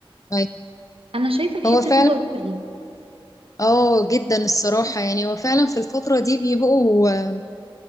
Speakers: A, on the left; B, on the right.
A: أيوة.
B: انا شايفه الحته
A: هو فعلا
B: دي ضروري
A: اه جدا الصراحة يعني هو فعلا في الفترة دي بيبقوا آه،